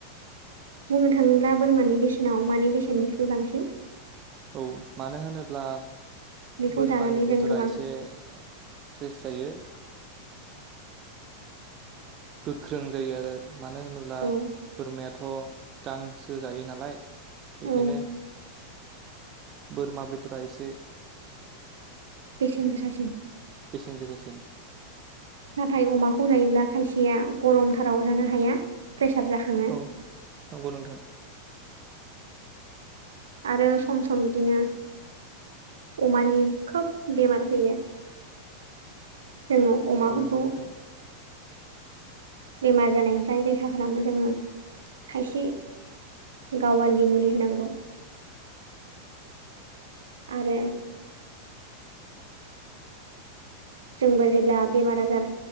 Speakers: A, on the right; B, on the right.
A: बुंनो थाङोब्ला बोरमानि बेसेनाव अमानि बेसेननिख्रुइ बांसिन
B: औ मानो होनोब्ला
A: बेखौ
B: बोरमानि
A: जानानै
B: बेदरा
A: जों गोबां
B: एसे फ्रेस जायो गोख्रों जायो आरो मानो होनोब्ला
A: औ
B: बोरमायाथ' गांसो जायो नालाय बेखायनो
A: औ
B: बोरमा बेदरा एसे
A: बेसेन गोसासिन
B: बेसेन गोसासिन
A: नाथाय अमाखौ जायोब्ला खायसेया गरमथाराव जानो हाया प्रेसार जाखाङो
B: औ नंगौ नोंथां
A: आरो सम सम बिदिनो अमानि खोब बेमार फैयो जोङो अमाफोरखौ
B: औ नंगौ नोंथां
A: बेमार जानायनिफ्राय रैखा खालामनो जोङो खायसे गावालि मुलि होनांगौ आरो जोंबो जेब्ला बेमार आजार